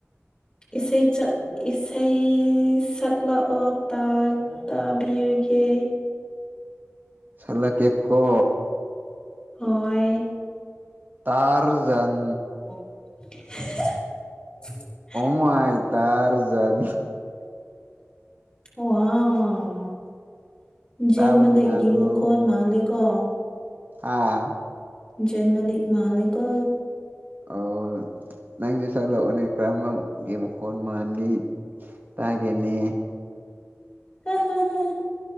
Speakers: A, on the left; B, on the right.
A: ꯏꯁꯩꯩ ꯆꯠ ꯏꯁꯩ ꯁꯛꯂꯛꯑꯣ ꯇꯥ ꯇꯥꯕꯤꯔꯒꯦ
B: ꯁꯛꯂꯥꯛꯀꯦꯀꯣ
A: ꯍꯣꯏ
B: ꯇꯥꯔꯖꯟ
A: <unintelligible>
B: ꯑꯣꯃꯥꯏ ꯇꯔꯖꯟ
A: ꯋꯥꯎ ꯖꯦꯟ
B: ꯇꯥꯕ
A: ꯃꯥꯜꯂꯤꯀꯣ
B: ꯅꯨꯡꯉꯥꯏꯕ꯭ꯔꯣ
A: ꯃꯈꯣꯟ ꯃꯥꯜꯂꯦ ꯀꯣ
B: ꯑꯥ
A: ꯖꯦꯟꯃꯂꯤꯛ ꯃꯥꯂꯦꯀꯣ
B: ꯑꯧ ꯅꯪꯖꯨ ꯁꯛꯂꯛꯑꯣꯅꯦ ꯀꯔꯝꯕꯒꯤ ꯃꯈꯣꯟ ꯃꯥꯜꯂꯤ ꯇꯒꯦꯅꯦ
A: <unintelligible>